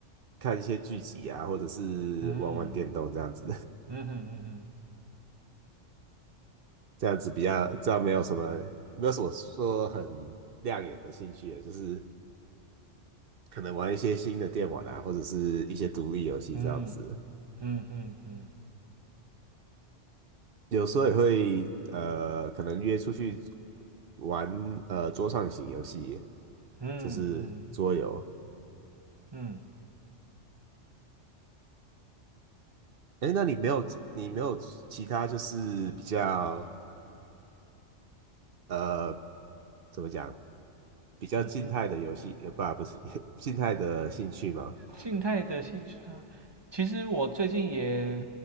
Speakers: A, on the right; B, on the right.
A: 看一些剧集啊，或者是玩玩电动这样子，
B: 嗯嗯哼嗯哼
A: <laughs> 这样子比较这样没有什么没有什么说很亮眼的兴趣，就是可能玩一些新的电玩啊，或者是一些独立游戏这样子。
B: 嗯。嗯嗯嗯
A: 有时候也会呃，可能约出去玩呃桌上型游戏，
B: 嗯嗯
A: 就是桌游。
B: 嗯
A: 哎，那你没有你没有其他就是比较呃怎么讲比较静态的游戏，
B: 嗯哼，
A: 呃，不啊，不是 <laughs> 静态的兴趣吗？
B: 静态的兴趣啊，其实我最近也，